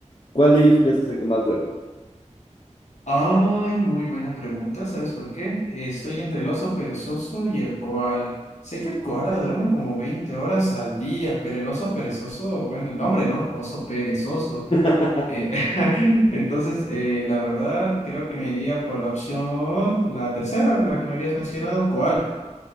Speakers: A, on the left; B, on the left.
A: ¿Cuál de ellos crees que es el que más duerme?
B: Ay, muy buena pregunta, ¿sabes por qué? Estoy entre el oso perezoso y el koala. Sé que el koala duerme como 20 horas al día, pero el oso perezoso, bueno, el nombre, ¿no? Oso perezoso.
A: <laughs>
B: Eh, <laughs> entonces, eh, la verdad, creo que me iría por la opción, la tercera, la que me habías mencionado, ¿cuál?